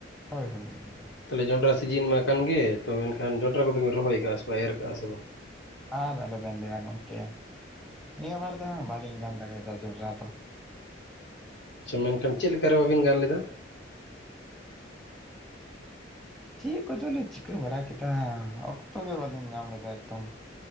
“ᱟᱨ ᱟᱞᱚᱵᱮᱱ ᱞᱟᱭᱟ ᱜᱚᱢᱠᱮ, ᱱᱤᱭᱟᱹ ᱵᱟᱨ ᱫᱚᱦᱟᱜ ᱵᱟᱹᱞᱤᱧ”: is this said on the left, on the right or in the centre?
Centre